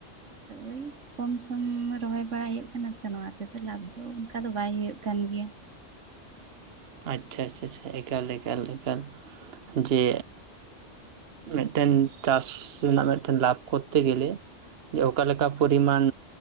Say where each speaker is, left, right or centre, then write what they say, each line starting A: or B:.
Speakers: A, on the right; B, on the right.
A: ᱟᱫᱚ ᱳᱭ ᱠᱚᱢ ᱥᱚᱢ ᱨᱚᱦᱚᱭ ᱵᱟᱲᱟᱭ ᱦᱩᱭᱩᱜ ᱠᱟᱱᱟ ᱛᱚ ᱱᱚᱣᱟ ᱛᱮᱫᱚ ᱞᱟᱵᱷ ᱫᱚ ᱚᱱᱠᱟ ᱫᱚ ᱵᱟᱭ ᱦᱩᱭᱩᱜ ᱠᱟᱱ ᱜᱮᱭᱟ ᱾
B: ᱟᱪᱪᱷᱟ ᱟᱪᱪᱷᱟ ᱪᱷᱟ ᱮᱠᱟᱞ ᱮᱠᱟᱞ ᱮᱠᱟᱞ ᱡᱮ ᱢᱤᱫᱴᱮᱱ ᱪᱟᱥ ᱨᱮᱱᱟᱜ ᱢᱤᱫᱴᱮᱱ ᱞᱟᱵᱷ ᱠᱚᱨᱛᱮ ᱜᱮᱞᱮ ᱡᱮ ᱚᱠᱟ ᱞᱮᱠᱟ ᱯᱚᱨᱤᱢᱟᱱ